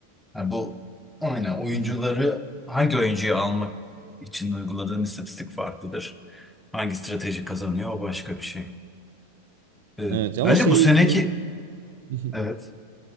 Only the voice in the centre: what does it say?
Yani bu aynen oyuncuları
hangi oyuncuyu almak için uyguladığın istatistik farklıdır. Hangi strateji kazanıyor o başka bir şey. Ee,
bence
bu seneki
evet